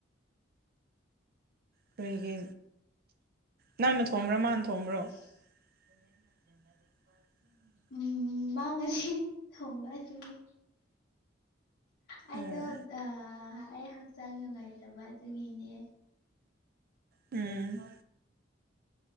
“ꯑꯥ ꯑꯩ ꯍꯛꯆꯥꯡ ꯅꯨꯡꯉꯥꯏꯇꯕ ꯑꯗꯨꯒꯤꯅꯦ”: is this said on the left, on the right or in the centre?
Left